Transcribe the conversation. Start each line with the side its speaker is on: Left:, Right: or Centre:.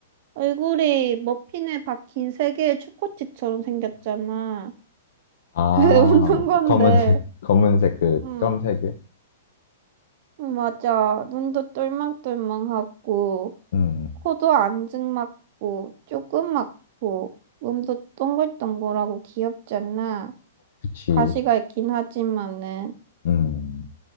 Right: 얼굴이 머핀에 박힌 세 개의 초코칩처럼 생겼잖아.
Left: 아,
Right: <laughs> 왜 웃는 건데.
Left: 검은색, 검은색 그
Right: 응,
Left: 점색에?
Right: 응, 맞아. 눈도 똘망똘망하고.
Left: 음,
Right: 코도 안증 맞고 조그맣고 몸도 동글동글하고 귀엽잖아.
Left: 그치.
Right: 가시가 있긴 하지만은
Left: 음,